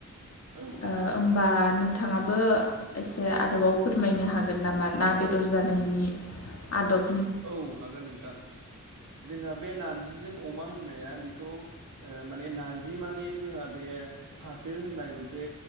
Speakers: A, on the right; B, on the left.
A: औ।
B: ओ होमबा नोंथाङाबो एसे आरोबाव फोरमायनो हागोन नामा ना बेदर जानायनि आदब
A: औ हागोन नोंथां जोंहा बे नारजिजों अमा होननाया बे बेखौ माने नारजिमाने जोंहा बे फाथो होननाय मोनसे